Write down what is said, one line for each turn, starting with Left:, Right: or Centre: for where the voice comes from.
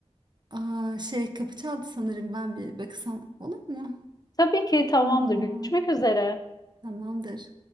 Right: Aa, şey kapı çaldı sanırım ben bir bakısam olur mu?
Left: tabii ki tamamdır
Right: Aa,
Left: görüşmek üzere.
Right: tamamdır.